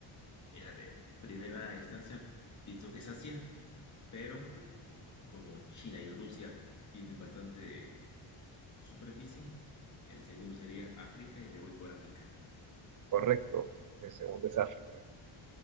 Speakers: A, on the left; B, on the right.
A: era de primera instancia, pienso que es Asia, pero como China y Rusia tienen bastante superficie, el segundo sería África y me voy por África.
B: Correcto. El segundo es África.